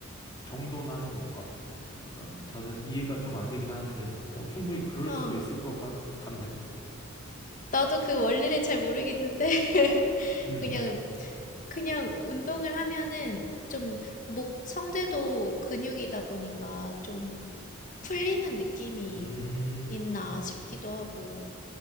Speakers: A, on the left; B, on the left.
A: 정돈하는 건가? 난 잘 이해가 좀 안 되긴 하는데, 어, 충분히 그럴
B: 어.
A: 수도 있을 것 같, 같네.
B: 나도 그 원리를 잘 모르겠는데 <laughs>
A: 음,
B: 그냥 그냥 운동을 하면은 좀 목 성대도 근육이다 보니까 좀 풀리는 느낌이
A: 음,
B: 있나 싶기도 하고.